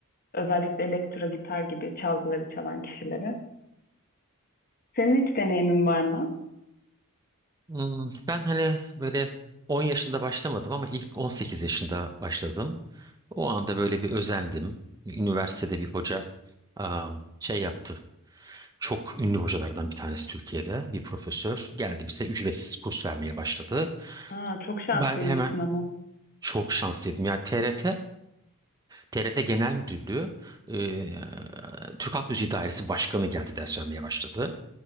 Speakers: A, on the left (about 40°); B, on the right (about 15°).
A: Özellikle elektro gitar gibi çalgıları çalan kişilere. Senin hiç deneyimin var mı?
B: Hmm, ben hani böyle 10 yaşında başlamadım ama ilk 18 yaşında başladım. O anda böyle bir özendim. Üniversitede bir hoca am, şey yaptı. Çok ünlü hocalardan bir tanesi Türkiye'de bir profesör geldi bize ücretsiz kurs vermeye başladı.
A: Aa, çok şanslıymışsın
B: Ben de hemen
A: ama.
B: çok şanslıydım. Yani TRT TRT Genel Müdürlüğü eee, Türk Halk Müziği Dairesi Başkanı geldi ders vermeye başladı.